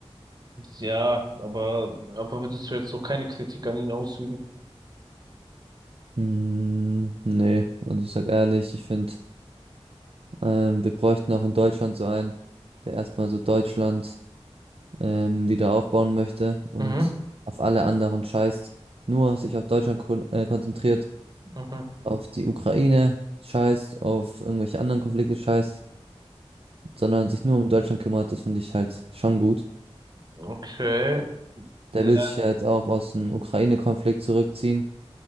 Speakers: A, on the right; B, on the right.
A: Ja, aber, aber würdest du jetzt so keine Kritik an ihn ausüben?
B: Hm, nee, und ich sag ehrlich, ich finde, ähm, wir bräuchten auch in Deutschland so einen, der erstmal so Deutschland ähm, wieder aufbauen möchte und
A: Mhm.
B: auf alle anderen scheißt, nur sich auf Deutschland kon äh, konzentriert
A: Mhm.
B: auf die Ukraine scheißt, auf irgendwelche anderen Konflikte scheißt, sondern sich nur um Deutschland kümmert, das finde ich halt schon gut.
A: Okay. Ja,
B: Der will sich ja jetzt auch aus dem Ukraine-Konflikt zurückziehen,